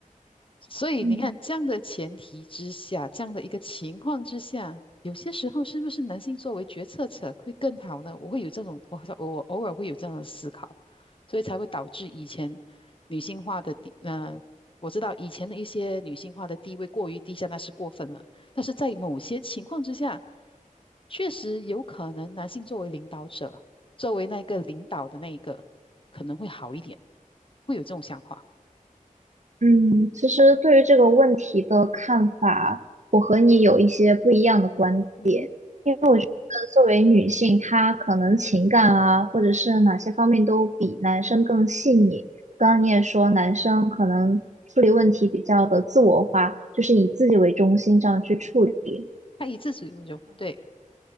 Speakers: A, on the left (about 40°); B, on the right (about 60°).
A: 所以你看，
B: 嗯。
A: 这样的前提之下，这样的一个情况之下，有些时候是不是男性作为决策者会更好呢？我会有这种，我我我偶尔会有这样的思考，所以才会导致以前女性化的地，呃，我知道以前的一些女性化的地位过于低下，那是过分了。但是在某些情况之下，确实有可能男性作为领导者，作为那个领导的那一个，可能会好一点，会有这种想法。
B: 嗯，其实对于这个问题的看法和你有一些不一样的观点，
A: 嗯哼，
B: 因为我觉得作为女性，她可能情感啊，或者是哪些方面都比男生更细腻。刚刚你也说，男生可能处理问题比较的自我化，就是以自己为中心这样去处理。
A: 他以自主，我就对。